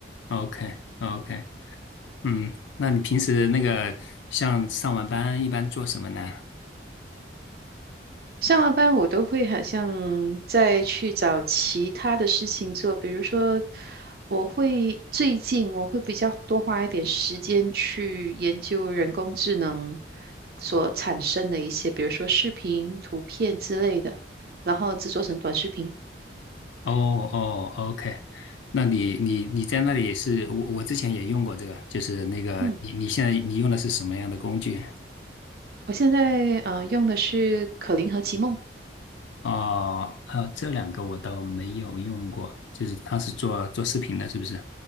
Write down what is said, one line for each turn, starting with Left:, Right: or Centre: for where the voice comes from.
Left: ，OK OK，嗯，那你平时那个像上完班一般做什么呢？
Right: 上完班我都会好像再去找其他的事情做，比如说，我会最近我会比较多花一点时间去研究人工智能所产生的一些，比如说视频、图片之类的，然后制作成短视频。
Left: 哦哦，OK，那你你你在那里是我我之前也用过这个，就是那个你你现在你用的是什么样的工具？
Right: 嗯，我现在呃用的是可伶和奇梦。
Left: 哦，呃，这两个我倒没有用过，就是他是做做视频的，是不是？